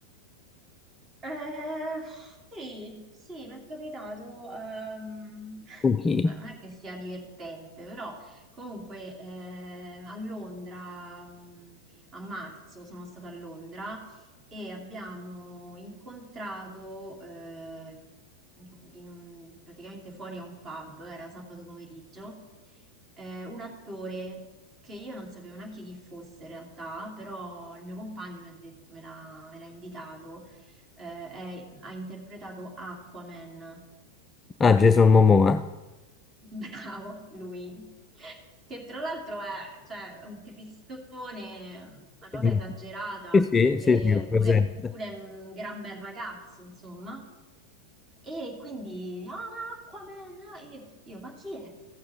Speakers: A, on the right; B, on the left.
A: Eh, sì, sì, mi è capitato. ehm, <laughs>
B: Con chi?
A: ma non è che sia divertente, però comunque eh, a Londra, mm, a marzo sono stata a Londra e abbiamo incontrato eh, in un- praticamente fuori a un pub, era sabato pomeriggio, eh, un attore che io non sapevo neanche chi fosse in realtà, però il mio compagno mi ha detto, me l'ha me l'ha indicato eh, è- ha interpretato Aquaman.
B: Ah, Jason Momoa.
A: <laughs> Bravo, lui. Che tra l'altro è, cioè, un cristone, una cosa
B: <laughs>
A: esagerata,
B: Sì, sì,
A: eppure
B: sì, sì, ho presente.
A: pure pure un gran bel ragazzo, insomma. E quindi, ah, Aquaman, ah, io, io, ma chi è?